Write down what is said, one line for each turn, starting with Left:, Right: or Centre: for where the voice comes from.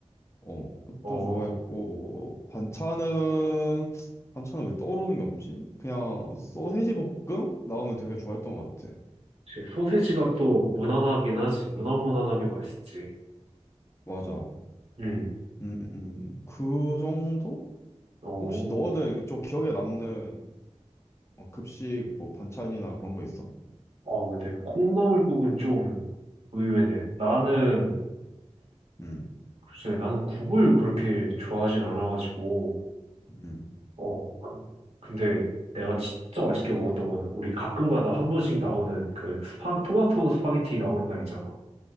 Left: 어, 그것도
Right: 어.
Left: 좋아했고, 반찬은, 반찬은 왜 떠오르는 게 없지? 그냥 소세지 볶음? 나오면 되게 좋아했던 것 같아.
Right: 이제 소세지가 또 무난하긴 하지. 무난무난하게 맛있지.
Left: 맞아.
Right: 음.
Left: 음, 음, 그 정도?
Right: 어.
Left: 혹시 너는 좀 기억에 남는 어, 급식 뭐 반찬이나 그런 거 있어?
Right: 아, 근데 콩나물국은 좀 의외네. 나는
Left: 음,
Right: 글쎄, 나는 국을 그렇게 좋아하진 않아가지고,
Left: 음.
Right: 어, 그, 근데 내가 진짜 맛있게 먹었던 거는 우리 가끔 가다 한 번씩 나오는 그 스파, 토마토 스파게티 나오는 날 있잖아.